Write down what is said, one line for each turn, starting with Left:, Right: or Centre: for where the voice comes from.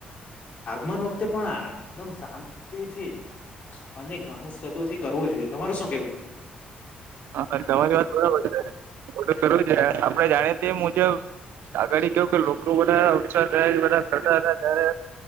Left: મન વખતે પણ એકદમ શાંતિથી અને ગણેશચતુર્થી કરવો જોઈએ. તમાર શું કેવું?
Right: હા તમારી વાત બરાબર છે <unintelligible> કરવું છે. આપડે જાણીએ તે મુજબ આગળ કેવું કે લોકો બધા ઉત્સાહ થાય બધા થતા હતા ત્યારે